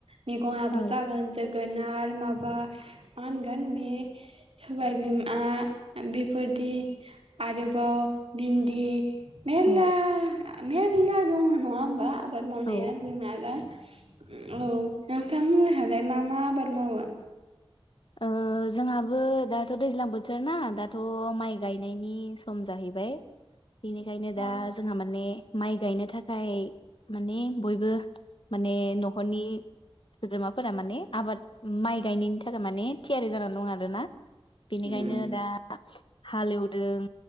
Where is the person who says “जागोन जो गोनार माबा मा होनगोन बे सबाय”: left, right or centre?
Right